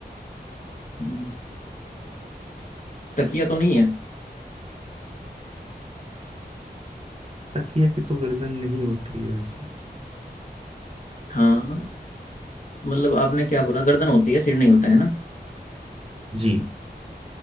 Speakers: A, on the left; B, on the right.
A: हम्म, तकिया तो नहीं है
B: तकिया की तो गर्दन नहीं होती है वैसे
A: हाँ मतलब आपने क्या बोला गर्दन होती है सिर नहीं होता है
B: जी